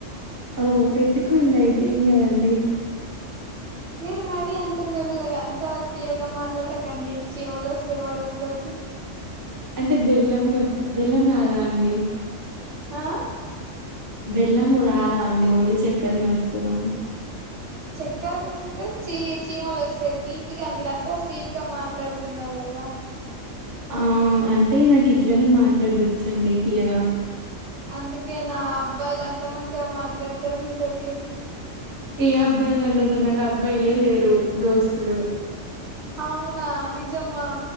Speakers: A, on the right (about 20°); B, on the right (about 65°).
A: ఓ పెట్టుకోండి అయితే ఏం కదండి
B: మీరు మరి అంత మెల్లగా అంత తీయగా మాట్లాడకండి చీమలోస్తే మా రూమ్ లోకి
A: అంటే బెల్లం బెల్లం రాదా అండి
B: ఆ
A: బెల్లము రాదా అండి ఓన్లీ చక్కరనే వస్తదా
B: చక్కరది ఉంటే చీ చీమలు వస్తాయి తీపిగా మీరంతా స్వీట్ గా మాట్లాడుతున్నారు కదా
A: ఆ అంటే నాకు ఇట్లనే మాట్లాడొచ్చండి తీయగా
B: అందుకే నా అబ్బాయిలు అంతా మంచిగా మాట్లాడతారు మీతోటి.
A: ఏ అబ్బాయిలండి అసలు నాకు అబ్బాయిలే లేరు దోస్తులు
B: అవునా నిజమా?